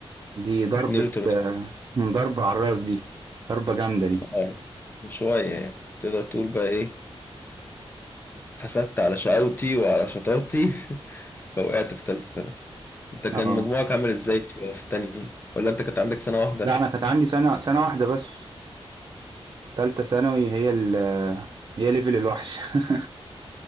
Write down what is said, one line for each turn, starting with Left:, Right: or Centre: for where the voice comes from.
Right: دي ضربة
Left: 82
Right: آه، ضربة على الراس دي ضربة جامدة دي
Left: اه وشوية يعني تقدر تقول بقى إيه اتحسدت على شقاوتي وعلى شطارتي <laughs> فوقعت في تالتة سنة أنت كان
Right: اه
Left: مجموعك عامل إزاي في في تانية ولا أنت كانت عندك سنة واحدة؟
Right: لا انا كانت عندي سنة سنة واحدة بس تالتة ثانوي هي ال آه، هي ليفل الوحش <laughs>